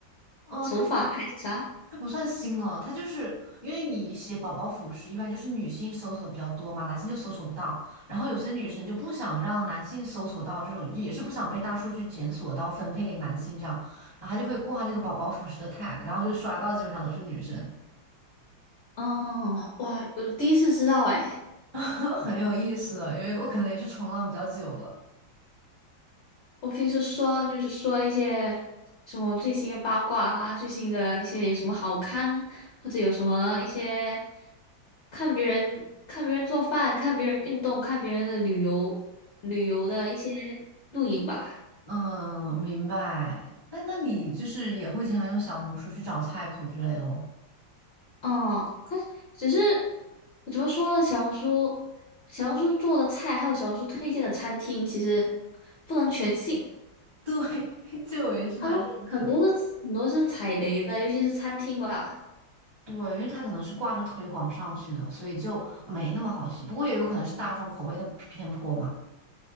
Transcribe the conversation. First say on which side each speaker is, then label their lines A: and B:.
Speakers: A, on the right; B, on the left.
A: 哦，
B: 手法还是啥？
A: 它它不算新了，它就是因为你写宝宝辅食，一般就是女性搜索比较多嘛，男性就搜索不到。然后有些女生就不想让男性搜索到这种，也是不想被大数据检索到分配给男性这样，然后她就会挂这个宝宝辅食的 tag，然后就刷到基本上都是女生，
B: 哦，哇，我第一次知道哎。
A: <laughs> 很有意思的因为我可能也是冲浪比较久了。
B: 我平时说就是说一些什么最新的八卦啊，最新的一些有什么好看，或者有什么一些看别人看别人做饭、看别人运动、看别人的旅游旅游的一些录影吧。
A: 嗯，明白。那那你就是也会经常用小红书去找菜谱之类咯？
B: 哦，可是只是怎么说呢？小红书小红书做的菜，还有小红书推荐的餐厅，其实不能全信，
A: <laughs> 对，这我也是蛮认可。
B: 他们很多是很多是踩雷的，尤其是餐厅吧。
A: 对，因为它可能是挂着推广上去的，所以就没那么好吃。不过也有可能是大众口味的偏颇嘛。